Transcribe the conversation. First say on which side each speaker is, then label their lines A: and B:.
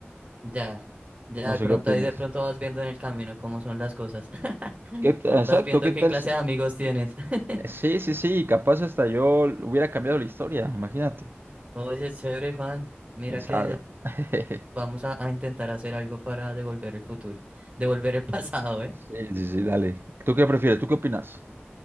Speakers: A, on the right (about 30°); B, on the right (about 55°).
A: Ya, ya
B: No
A: de
B: sé
A: pronto
B: qué opines.
A: ahí de pronto vas viendo en el camino cómo son las cosas. <laughs>
B: ¿Qué ta- exacto,
A: Vas viendo
B: ¿qué tal?
A: qué clase
B: si-
A: de amigos tienes. <laughs>
B: Sí, sí, sí, capaz hasta yo hubiera cambiado la historia, imagínate.
A: Oye, chévere, Juan. Mira
B: ¿Quién sabe?
A: que
B: <laughs>
A: vamos a, a intentar hacer algo para devolver el futuro, devolver el <laughs> pasado, ¿eh?
B: Sí, sí, sí, dale. ¿Tú qué prefieres? ¿Tú qué opinas?